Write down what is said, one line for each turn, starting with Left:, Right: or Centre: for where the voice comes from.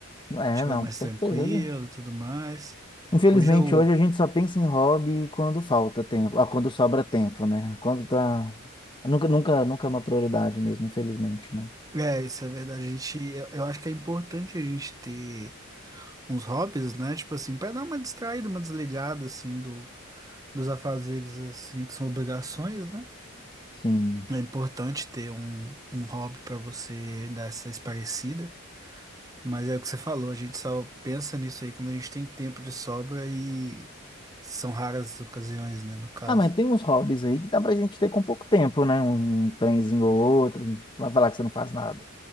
Left: É,
Right: Estiver
Left: não,
Right: mais
Left: com certeza.
Right: tranquilo e tudo mais.
Left: Infelizmente,
Right: Hoje eu.
Left: hoje a gente só pensa em hobby quando falta tempo, ah, quando sobra tempo, né? Quando tá... Nunca, nunca, nunca é uma prioridade mesmo, infelizmente, né?
Right: É, isso é verdade. A gente, eu, eu acho que é importante a gente ter. uns hobbies, né? Tipo assim, pra dar uma distraída, uma desligada, assim, do, dos afazeres, assim, que são obrigações, né?
Left: Sim.
Right: É importante ter um, um hobby pra você dar essa esparecida. Mas é o que você falou, a gente só pensa nisso aí quando a gente tem tempo de sobra e são raras as ocasiões, né? No caso.
Left: Ah, mas tem uns hobbies aí que dá pra gente ter com pouco tempo, né? Um trenzinho ou outro, vai falar que você não faz nada.